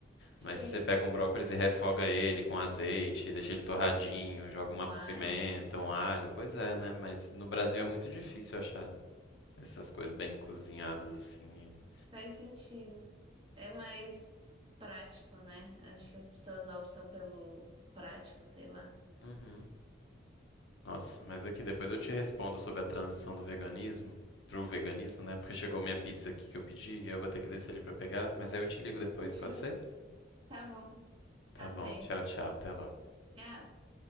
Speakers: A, on the right; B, on the left.
A: sei.
B: Mas se você pega um brócolis e refoga ele com azeite, deixa ele torradinho, joga
A: Um
B: uma pimenta,
A: alho.
B: um alho, pois é, né? Mas no Brasil é muito difícil achar essas coisas bem cozinhadas assim. e-
A: Faz sentido. É mais prático, né? Acho que as pessoas optam pelo prático, sei lá.
B: Uhum. Nossa, mas aqui depois eu te respondo sobre a transição do veganismo pro veganismo, né? Porque chegou minha pizza aqui que eu pedi e eu vou ter que descer ali pra pegar, mas aí eu te ligo depois,
A: Tchau.
B: pode ser?
A: Tá bom.
B: Tá
A: atenta
B: bom, tchau, tchau, até logo.
A: é.